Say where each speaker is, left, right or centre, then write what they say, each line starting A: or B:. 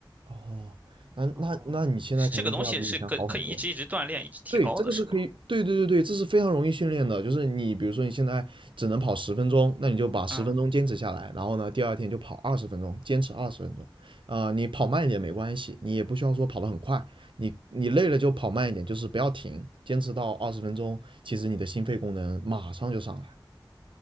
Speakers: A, on the right; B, on the right.
A: 哦，那那那你现在肯定是要比以前好很多。
B: 哦，是这个东西是可可以一直一直锻炼，一直提高的，
A: 对，这个是可以，
B: 是吗？
A: 对对对对，这是非常容易训练的。就是你比如说你现在只能跑十分钟，那你就把十分钟坚持下来，
B: 嗯，
A: 然后呢，第二天就跑二十分钟，坚持二十分钟。啊、你跑慢一点没关系，你也不需要说跑得很快，你你累了就跑慢一点，就是不要停，坚持到二十分钟，其实你的心肺功能马上就上来了，